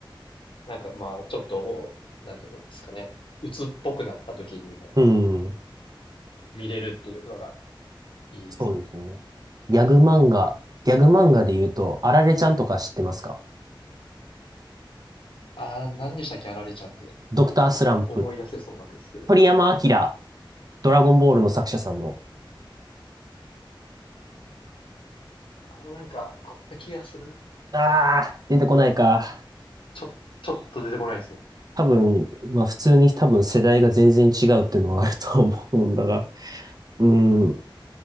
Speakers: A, on the left; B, on the right.
A: なんかまあちょっと、なんていうんですかね。鬱っぽくなった時にも
B: うん。
A: 見れるっていうのがいいですね。
B: そうですね。ギャグ漫画、ギャグ漫画で言うと、あられちゃんとか知ってますか
A: ああ、何でしたっけ、あられちゃんって。
B: ドクタースランプ、
A: 思い出せそうなんですけど。
B: 鳥山明、ドラゴンボールの作者さんの。
A: あのなんか、あった気がする。
B: ああ、出てこないか。
A: ちょ、ちょっと出てこないですね。
B: 多分、まあ普通に多分世代が全然違うっていうのはあると思うんだが。うん、